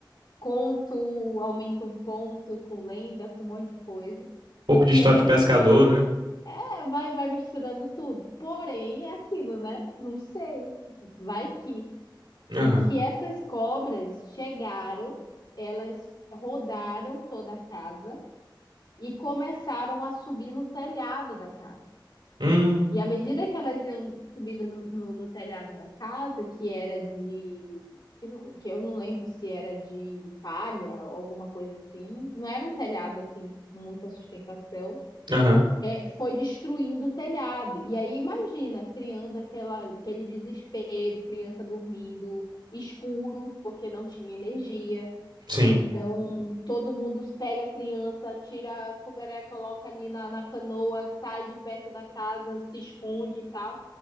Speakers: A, on the left; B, on the right.
A: conto, aumenta um ponto com lenda, com um monte de coisa.
B: Pouco de história
A: Que essas
B: de pescador,
A: cobras.
B: né?
A: É, vai, vai misturando tudo. Porém, é aquilo, né? Não sei. Vai que.
B: Aham.
A: E que essas cobras chegaram, elas rodaram toda a casa e começaram a subir no telhado da casa.
B: Hum.
A: E à medida que elas iam subindo no, no- no telhado da casa, que era de. Que, não- que eu não lembro se era de palha ou alguma coisa assim, não era um telhado assim, com muita sustentação,
B: Aham.
A: é, foi destruindo o telhado. E aí imagina, criando aquela, aquele desespero, criança dormindo escuro, porque não tinha energia.
B: Sim.
A: Então, todo mundo pega a criança, tira a coberé, coloca ali na, na canoa, sai de perto da casa, se esconde e tal.